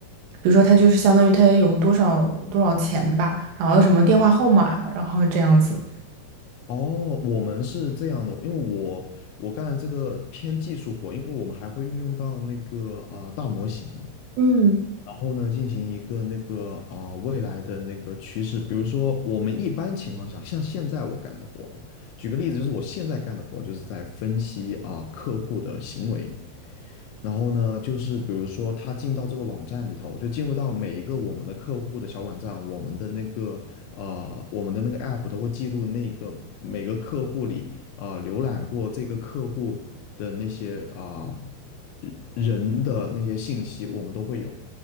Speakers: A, on the right; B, on the left.
A: 比如说他就是相当于他有多少多少钱吧，然后什么电话号码，然后这样子。
B: 哦，我们是这样的，因为我我干这个偏技术活，因为我们还会运用到那个啊、大模型，
A: 嗯，
B: 然后呢，进行一个那个啊、呃未来的那个趋势，比如说我们一般情况下，像现在我干的活，举个例子，就是我现在干的活就是在分析啊、客户的行为，然后呢，就是比如说他进到这个网站里头，就进入到每一个我们的客户的小网站，我们的那个呃我们的那个 app 都会记录那个每个客户里啊、呃浏览过这个客户的那些啊、人人的那些信息，我们都会有。